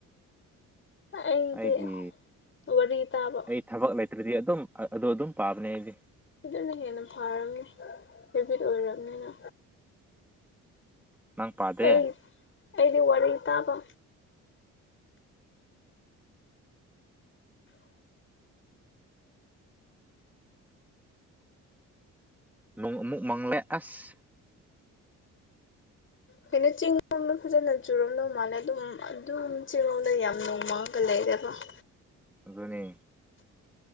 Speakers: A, on the left; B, in the centre.
A: ꯑꯩꯗꯤ
B: ꯑꯩꯒꯤ
A: ꯋꯥꯔꯤ ꯇꯥꯕ
B: ꯑꯩ ꯊꯕꯛ ꯂꯩꯇ꯭ꯔꯗꯤ ꯑꯗꯨꯝ ꯑꯗꯨ ꯑꯗꯨꯝ ꯄꯥꯕꯅꯦ ꯑꯩꯗꯤ
A: ꯁꯤꯗꯅ ꯍꯦꯟꯅ ꯐꯔꯝꯅꯤ ꯍꯦꯕꯤꯠ ꯑꯣꯏꯔꯝꯅꯤꯅ
B: ꯅꯪ ꯄꯥꯗꯦ
A: ꯑꯩ ꯑꯩꯗꯤ ꯋꯥꯔꯤ ꯇꯥꯕ
B: ꯅꯣꯡ ꯑꯃꯨꯛ ꯃꯡꯂꯦ ꯑꯁ
A: ꯀꯩꯅꯣ ꯆꯤꯡꯂꯣꯝꯗ ꯐꯖꯅ ꯆꯨꯔꯝꯗꯧ ꯃꯥꯜꯂꯦ ꯑꯗꯨꯝ ꯑꯗꯨꯝ ꯆꯤꯡꯂꯣꯝꯗ ꯌꯥꯝ ꯅꯣꯡꯃꯡ ꯑꯗꯨꯒꯒ ꯂꯩꯔꯕ <unintelligible>
B: ꯑꯗꯨꯅꯤ